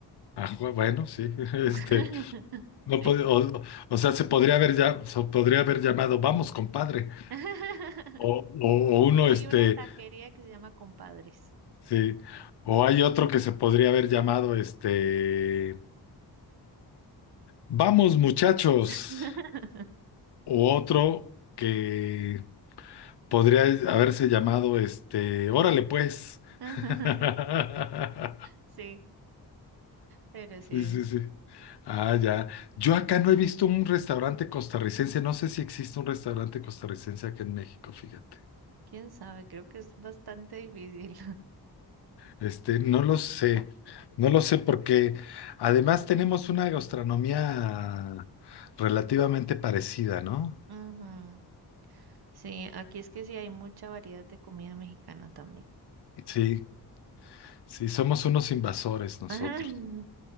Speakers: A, on the left (about 75°); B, on the right (about 65°).
A: Ah, ju- bueno, sí, <laughs> este.
B: <laughs>
A: No
B: Sí.
A: pod- o, o sea, se podría haber ya, se podría haber llamado, vamos, compadre.
B: <laughs>
A: O, o- o uno,
B: Hay
A: este,
B: una taquería que se llama Compadres.
A: sí, o hay otro que se podría haber llamado, este, vamos, muchachos.
B: <laughs>
A: O otro que podría haberse llamado, este, órale, pues.
B: <laughs>
A: <laughs>
B: Sí, pero sí,
A: Sí, sí, sí. Ah, ya. Yo acá no he visto un restaurante costarricense. No sé si existe un restaurante costarricense acá en México, fíjate.
B: quién sabe, creo que es bastante difícil.
A: Este, no lo sé, no lo sé porque además tenemos una gastronomía relativamente parecida, ¿no?
B: <laughs> Ujú. Sí, aquí es que sí hay mucha variedad de comida mexicana también.
A: Sí, sí, somos unos invasores nosotros,
B: Ajá. <laughs>